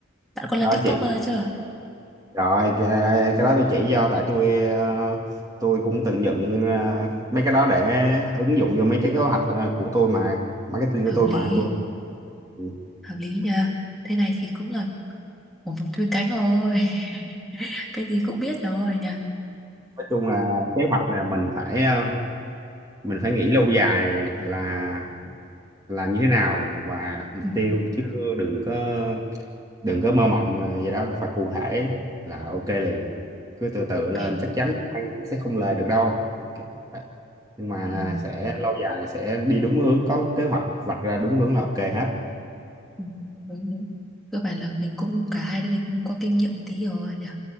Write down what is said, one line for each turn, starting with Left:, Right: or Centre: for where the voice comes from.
Centre: bạn có làm
Right: đó
Centre: TikTok
Right: chị
Centre: bao giờ chưa
Right: rồi cái, cái đó tôi chỉ cho tại tôi ờ, tôi cũng từng dựng ờ, mấy cái đó để ứng dụng vô mấy cái kế hoạch ờ, của tôi mà marketing
Centre: hợp
Right: của tôi
Centre: lý
Right: mà tôi ừ.
Centre: hợp lý nha thế này thì cũng là một mục chuyên cánh rồi <laughs> cái gì cũng biết rồi nha
Right: nói chung là kế hoạch là mình phải ờ, mình phải nghĩ lâu dài là là như thế nào và mục
Centre: ừ,
Right: tiêu chứ đừng có đừng có mơ mộng là vậy đó mà phải cụ thể là ok liền cứ từ từ lên
Centre: ok
Right: chắc chắn ăn cũng sẽ không lời được đâu Cái- nhưng mà
Centre: ừ,
Right: sẽ lâu dài sẽ đi đúng hướng có kế hoạch vạch ra đúng hướng là ok hết
Centre: ừ, đúng, đúng. cơ bản là mình cũng cả hai đứa mình cũng có kinh nghiệm một tí rồi nhỉ